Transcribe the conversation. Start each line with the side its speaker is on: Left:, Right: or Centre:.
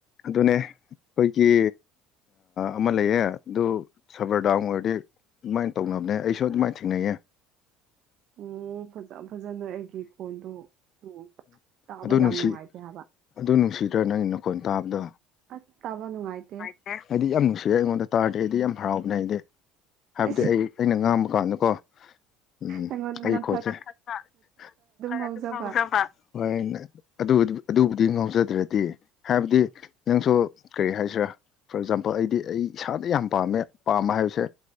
Left: ꯑꯗꯨꯅꯦ ꯑꯩꯈꯣꯏꯒꯤ ꯑꯃ ꯂꯩꯌꯦ ꯑꯗꯨ ꯁꯔꯕꯔ ꯗꯥꯎꯟ ꯑꯣꯏꯔꯗꯤ ꯑꯗꯨꯃꯥꯏꯅ ꯇꯧꯅꯕꯅꯦ ꯑꯩꯁꯨ ꯑꯗꯨꯃꯥꯏꯅ ꯊꯦꯡꯅꯩꯌꯦ
Right: ꯎꯝ ꯐꯖ ꯐꯖꯅ ꯑꯩꯒꯤ ꯈꯣꯟꯗꯨ ꯎꯝ ꯇꯥꯕ
Left: ꯑꯗꯨ
Right: ꯌꯥꯝ
Left: ꯅꯨꯡꯁꯤ
Right: ꯅꯨꯡꯉꯥꯏꯇꯦ ꯍꯥꯏꯕ
Left: ꯑꯗꯨ ꯅꯨꯡꯁꯤꯗ꯭ꯔꯥ ꯅꯪꯒꯤ ꯅꯈꯣꯟ ꯇꯥꯕꯗꯣ
Right: ꯑꯁ ꯇꯥꯕ ꯅꯨꯡꯉꯥꯏꯇꯦ
Left: ꯑꯦ ꯑꯩꯗꯤ ꯌꯥꯝ ꯅꯨꯡꯁꯤꯑꯦ ꯑꯩꯉꯣꯟꯗ ꯇꯥꯔꯗꯤ ꯑꯩꯗꯤ ꯌꯥꯝ ꯍꯔꯥꯎꯕꯅꯦ ꯑꯩꯗꯤ ꯍꯥꯏꯕꯗꯤ
Right: ꯑꯁ
Left: ꯑꯩ ꯑꯩꯅ ꯉꯥꯡꯕ ꯀꯥꯟꯗꯀꯣ ꯎꯝ
Right: ꯑꯩꯉꫭꯟꯗ
Left: ꯑꯩ
Right: ꯅꯠ
Left: ꯈꯣꯟꯁꯦ <unintelligible>
Right: ꯉꯥꯡꯖꯕ
Left: ꯑꯗꯨꯝ ꯉꯥꯎꯖꯕ ꯍꯣꯏ ꯑꯗꯨ ꯑꯗꯨꯕꯨꯗꯤ ꯉꯥꯎꯖꯗ꯭ꯔꯗꯤ ꯍꯥꯏꯕꯗꯤ ꯅꯪꯁꯨ ꯀꯔꯤ ꯍꯥꯏꯁꯤꯔꯥ ꯐꯣꯔ ꯑꯦꯛꯖꯥꯝꯄꯜ ꯑꯩꯗꯤ ꯑꯩ ꯏꯁꯥꯗ ꯌꯥꯝ ꯄꯥꯝꯃꯦ ꯄꯥꯝꯕ ꯍꯥꯏꯕꯁꯦ